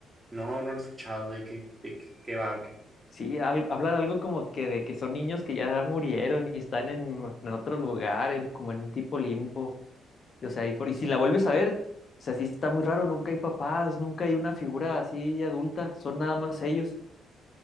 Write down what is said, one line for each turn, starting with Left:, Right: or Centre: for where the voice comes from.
Right: no, no lo he escuchado, de que, de que, que va, ok.
Left: Sí, al- hablan algo como que de que son niños que ya murieron y están en, en otro lugar, en, como en un tipo limbo. O sea, y, for- y si la vuelves a ver, o sea, sí está muy raro, nunca hay papás, nunca hay una figura así adulta, son nada más ellos.